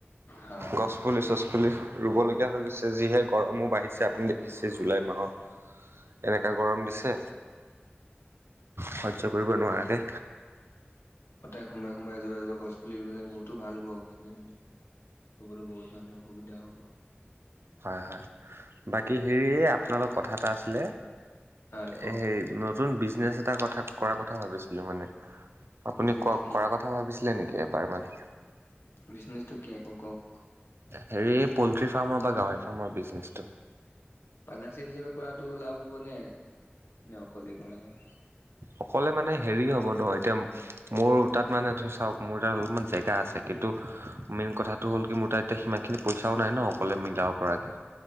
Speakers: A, on the left (about 75°); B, on the right (about 80°).
A: হয়
B: গছ পুলি গছপুলি ৰুবলগীয়া হৈ গৈছে যিহেেত গৰমো বাঢ়িছে আপুনি দেখিছে জুলাই মাহত এনেকুৱা গৰম দিছে সহ্য কৰিব নোৱাৰাকে
A: প্ৰত্যেক সোমাবায়ে সোমাবায়ে এজোপা এজোপা গছ পুলি ল'লে বহুতো ভাল হ'ব অক্সিজেন ল'বলৈ বহুত মানুহৰ সুবিধা হ'ব
B: হয় হয় বাকী হেৰি আপোনালৰ কথা এটা আছিলে
A: হয় কওক
B: এ সেই নতুন বিজনেছ এটা কথা। ক কৰ কথা ভাবিছিলো মানে, আপুনি
A: বিজনেচটো
B: ক
A: কি
B: কৰা কথা ভাবিছিলে নেকি এবাৰ মানে?
A: বিজনেচটো কি আকৌ কওক
B: হেৰি পল্ট্ৰি ফাৰ্মৰ বা গাহৰি ফাৰ্মৰ বিজনেচটো।
A: পাৰ্টনাৰশ্বিপ হিচাপে কৰাতটো লাভ হ'ব নে, নে অকলেই কৰা লাভ।
B: অকলে মানে হেৰি হ'ব ন এতিয়া মোৰ তাত মানে ধ চাওক মোৰ তাত অলপমান জেগা আছে কিন্তু। তো মেইন কথাটো হ'ল কি মোৰ তাত এতিয়া সিমানখিনি পইচাও নাই ন অকলে মিলাব পৰাকে।